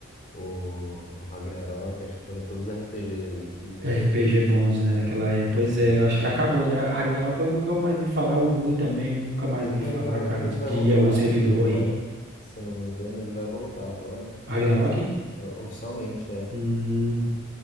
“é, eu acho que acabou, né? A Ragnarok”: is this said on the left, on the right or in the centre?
Right